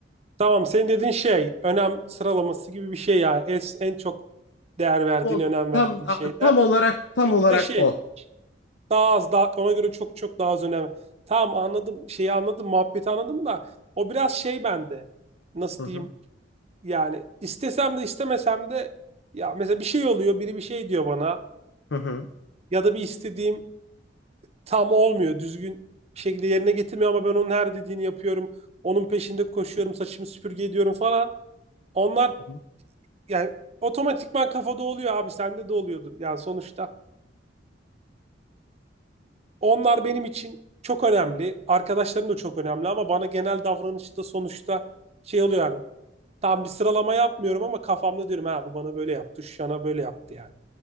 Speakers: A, on the right (about 35°); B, on the left (about 70°).
A: Tamam senin dediğin şey önem sıralaması gibi bir şey ya Es, en çok değer verdiğin,
B: O
A: önem
B: tam
A: verdiğin
B: a-
A: şeyler.
B: tam olarak tam olarak
A: Bir de şey
B: o.
A: daha az daha ona göre çok çok daha az önem. Tamam anladım şeyi anladım muhabbeti anladım da o biraz şey bende. Nasıl
B: Hı hı.
A: diyeyim yani istesem de istemesem de ya mesela bir şey oluyor biri bir şey diyor bana.
B: Hı hı.
A: ya da bir istediğim tam olmuyor. Düzgün bir şekilde yerine getirmiyor ama ben onun her dediğini yapıyorum. Onun peşinde koşuyorum, saçımı süpürge ediyorum falan. Onlar
B: Hı hı.
A: yani otomatikman kafada oluyor abi sende de oluyordur. Yani sonuçta onlar benim için çok önemli. Arkadaşlarım da çok önemli ama bana genel davranışta sonuçta şey oluyor yani. Tam bir sıralama yapmıyorum ama kafamda diyorum ha bu bana böyle yaptı, şu yana böyle yaptı yani.